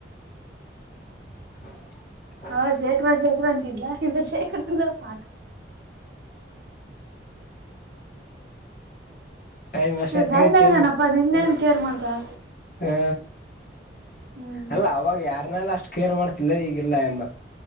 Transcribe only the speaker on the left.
<unintelligible>
ಟೈಮ್ ಅಷ್ಟೊತ್ತಿಗೆ
ಚ
ಏ
ಅಲ್ಲ ಅವಾಗ ಯಾರನೆಲ್ಲ ಅಷ್ಟ್ ಕೇರ್ ಮಾಡ್ತಿದ್ದ ಈಗಿಲ್ಲ ಆ ಎಮ್ಮ.